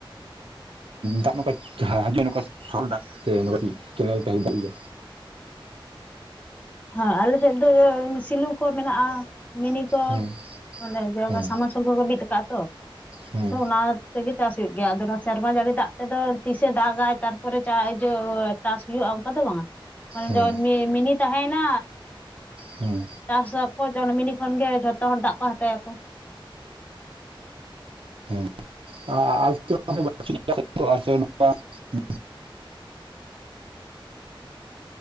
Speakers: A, on the right; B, on the left.
A: ᱫᱟᱜ ᱱᱚᱝᱠᱟ ᱦᱟᱡᱩᱜ ᱱᱚᱝᱠᱟ ᱥᱚᱨᱚᱞ ᱫᱟᱜ ᱥᱮ ᱠᱮᱱᱮᱞ ᱛᱟᱦᱮᱸ ᱫᱟᱲᱭᱟ
B: ᱦᱮᱸ ᱟᱞᱮ ᱥᱮᱫ ᱫᱚ ᱥᱤᱞᱩ ᱠᱚ ᱢᱮᱱᱟᱜᱼᱟ ᱢᱤᱱᱤ ᱠᱚ
A: ᱦᱮᱸ
B: ᱢᱟᱱᱮ
A: ᱦᱮᱸ
B: ᱥᱟᱢ ᱢᱟᱨᱥᱟᱞ ᱠᱚᱠᱚ ᱵᱤᱫ ᱟᱠᱟᱜᱼᱟ ᱛᱚ
A: ᱦᱮᱸ
B: ᱟᱫᱚ ᱚᱱᱟ ᱼᱼ ᱛᱮᱜᱮ ᱪᱟᱥ ᱦᱩᱭᱩᱜ ᱜᱮᱭᱟ ᱟᱫᱚ ᱚᱱᱟ ᱥᱮᱨᱢᱟ ᱡᱟᱲᱤ ᱫᱟᱜ ᱛᱮᱫᱚ ᱛᱤᱥᱮ ᱫᱟᱜᱟᱭ ᱛᱟᱨᱯᱚᱨᱮ ᱼᱼ ᱪᱟᱥ ᱦᱩᱭᱩᱜᱼᱟ ᱚᱱᱠᱟ ᱫᱚ ᱵᱟᱝ-ᱟ ᱢᱟᱱᱮ
A: ᱦᱮᱸ
B: ᱡᱚᱱ ᱢᱤᱱᱤ ᱛᱟᱦᱮᱭᱮᱱᱟ
A: ᱦᱮᱸ
B: ᱪᱟᱥᱚ ᱟᱠᱚ ᱡᱚᱱ ᱢᱤᱱᱤ ᱠᱷᱚᱱ ᱜᱮ ᱡᱷᱚᱛᱚ ᱦᱚᱲ ᱫᱟᱜ ᱠᱚ ᱦᱟᱛᱟ ᱭᱟᱠᱚ
A: ᱦᱮᱸ <inaudible>